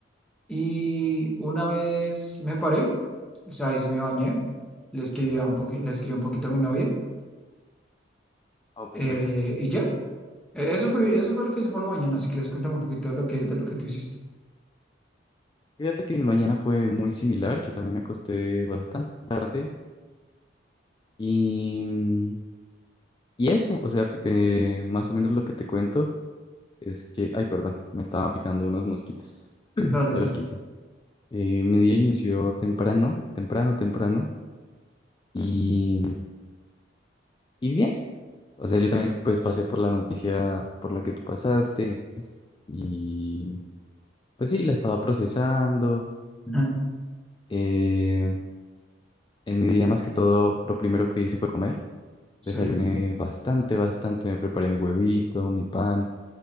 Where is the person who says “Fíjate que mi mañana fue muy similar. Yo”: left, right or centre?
Left